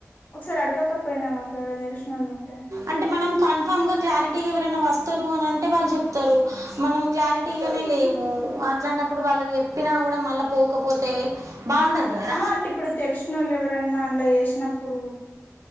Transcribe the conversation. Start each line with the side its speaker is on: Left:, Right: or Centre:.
Left: ఒకసారి అడగాకపోయినావా అక్క ఎవరైనా తెలిసిన వాళ్ళుంటే
Right: అంటే మనం కన్ఫామ్ గా క్లారిటీ ఎవరైనా వస్తారు అని అంటే వాళ్ళు చెప్తారు మనం క్లారిటీగా లేము అట్లాంటప్పుడు వాళ్ళు చెప్పినా కూడా మళ్ళా పోకపోతే బాగుండదు కదా
Left: ఆ అంటే ఇప్పుడు తెలిసిన వాళ్ళు ఎవరన్నా అన్లా చేసినప్పుడు